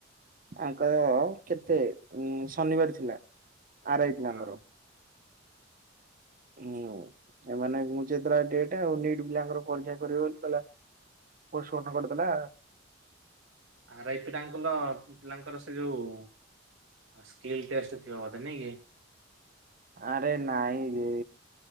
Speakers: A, on the right; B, on the right.
A: ଆଙ୍କର କେତେ ଶନିବାରେ ଥିଲା ଆରାଇ ପିଲାଙ୍କର।
B: ହଁ
A: ହୁଁ ଏମାନେ <unintelligible> ନିଟ ପିଲାଙ୍କର ପରୀକ୍ଷା କରିବେ ବୋଲି କଲା। ପୋଷମଟ କରିଦେଲା।
B: ଆରାଇ ପିଲାଙ୍କର ପିଲାଙ୍କର ସେ ଯୋଉ ସ୍କେଲ ଟେଷ୍ଟ ଥିବ ନାଇ କି?
A: ଆରେ ନାଇଁ ରେ